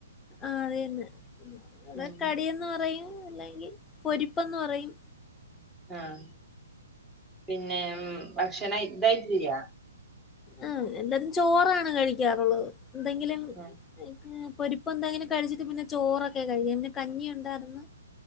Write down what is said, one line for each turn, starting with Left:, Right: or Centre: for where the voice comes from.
Left: ആഹ് ത വര്ന്ന് ന്താ
Centre: ഉം
Left: കടീ ന്ന് പറയും അല്ലെങ്കി പൊരിപ്പന്ന് പറയും
Centre: ആഹ പിന്നെ ഭക്ഷണാ ഇതായിട്ടില്ല്യാ
Left: ആ എന്താലും ചോറാണ് കഴിക്കാറുള്ളത് എന്തെങ്കിലും
Centre: ആഹ്
Left: അയ്ക്ക് പൊരിപ്പന്തെങ്കിലും കഴിച്ചിട്ട് പിന്നെ ചോറൊക്കെ കഴിക്ക്ന്നെ പിന്നെ കഞ്ഞി ഒണ്ടാർ ന്നു